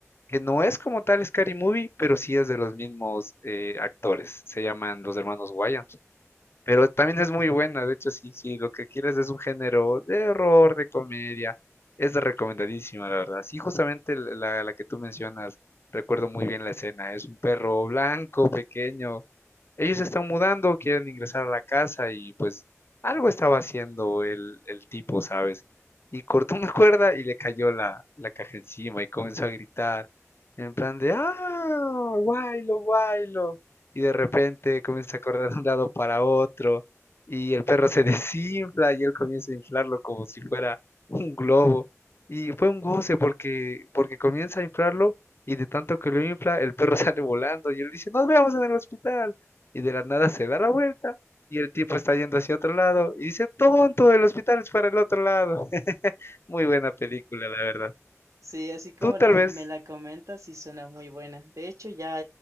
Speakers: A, on the left; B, on the right.
A: que no es como tal Scary Movie, pero sí es de los mismos eh, actores. Se llaman los hermanos Wayans. Pero también es muy buena, de hecho, sí, sí, lo que quieres es un género de horror, de comedia. Es recomendadísima, la verdad. Sí, justamente la, la que tú mencionas, recuerdo muy bien la escena. Es un perro blanco, pequeño, ellos se están mudando, quieren ingresar a la casa y pues algo estaba haciendo el, el tipo, ¿sabes? Y cortó una <laughs> cuerda y le cayó la, la caja encima y comenzó a gritar en plan de, ah, guaylo, guaylo. Y de repente comienza a correr de un lado para otro y el perro se <laughs> desinfla y él comienza a inflarlo como si fuera un globo. Y fue un goce porque, porque comienza a inflarlo y de tanto que lo infla, el perro <laughs> sale volando y él dice, nos vemos en el hospital y de la nada se da la vuelta y el tipo está yendo hacia otro lado y dice, tonto, el hospital es para el otro lado. <laughs> Muy buena película, la verdad.
B: Sí, así como
A: Tú tal
B: la,
A: vez,
B: me la comentas, sí suena muy buena. De hecho, ya,